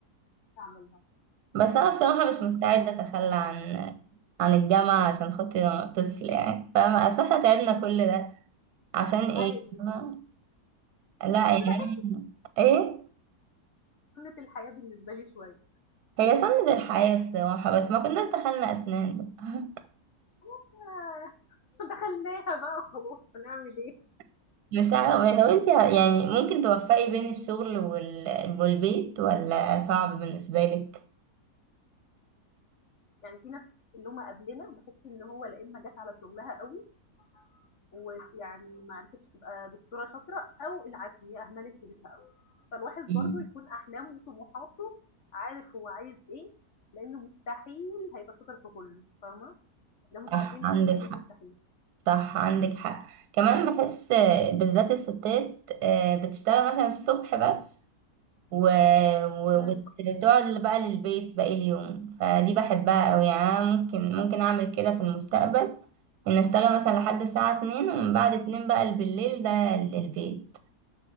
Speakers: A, on the left; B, on the right.
A: بتستعملها
B: بس انا بصراحه مش مستعده اتخلى عن عن الجامعه عشان خاطر طفل يعني فاهمه اصل احنا تعبنا كل ده عشان ايه
A: عادي،
B: فاهمة؟ لا
A: أصل
B: يعني
A: باحس
B: ايه
A: سنة الحياة بالنسبة لي شوية،
B: هي سنة الحياه بصراحه بس ما كناش دخلنا اسنان بقى.
A: آه، <laughs> دخلناها بقى وخلاص هنعمل إيه؟
B: <laughs> مش عارفه لو انت يعني ممكن توفقي بين الشغل وال... والبيت ولا صعب بالنسبه لك
A: يعني في ناس اللي هم قبلنا بحس ان هو لا اما جت على شغلها قوي ويعني ما عرفتش تبقى دكتوره شاطره او العكس هي اهملت في بيتها قوي فالواحد
B: مم.
A: برضه يكون احلامه وطموحاته عارف هو عايز ايه لانه مستحيل هيبقى شاطر في كله فاهمه ده مستحيل
B: صح
A: مستحيل
B: عندك حق
A: مستحيل
B: صح عندك حق كمان بحس بالذات الستات آه، بتشتغل مثلا الصبح بس و... و...
A: امم
B: وتقعد بقى للبيت باقي اليوم فدي بحبها قوي يعني أنا ممكن ممكن اعمل كده في المستقبل ان اشتغل مثلا لحد الساعة 2 ومن بعد 2 بقى بالليل ده للبيت